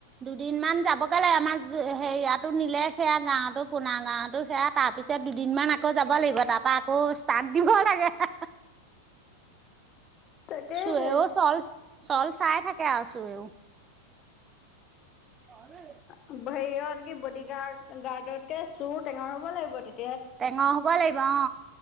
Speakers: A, on the right (about 20°); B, on the left (about 35°).
A: দুদিনমান যাবগে লাগে আমাৰ হেৰিয়াতো নিলে সেয়া গাঁৱতো কোনা গাঁৱতো সেয়া তাৰ পিছত দুদিনমান আকৌ যাব লাগিব তাৰ পৰা আকৌ ষ্টাৰ্ট দিব লাগে হে হে
B: তাকেহে
A: চুৰেও চল চল চাই থাকে আৰু চুৰেও। <unintelligible>
B: হেৰিয়ত কি বডি গাৰ্ড গাৰ্ডতকে চুৰ টেঙৰ হ'ব লাগিব তে
A: টেঙৰ হ'ব লাগিব অ